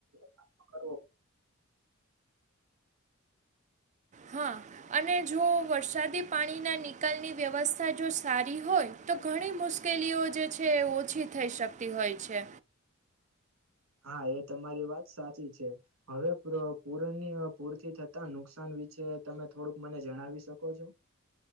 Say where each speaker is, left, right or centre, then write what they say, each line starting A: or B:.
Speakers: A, on the right (about 80°); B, on the right (about 35°).
A: સામનો કરવો
B: હા અને જો વરસાદી પાણીના નિકાલની વ્યવસ્થા જો સારી હોય તો ઘણી મુશ્કેલીઓ જે છે એ ઓછી થઈ શકતી હોય છે.
A: હા એ તમારી વાત સાચી છે. હવે પ્ર પૂરનીય પૂરથી થતા નુકસાન વિશે તમે થોડુંક મને જણાવી શકો છો?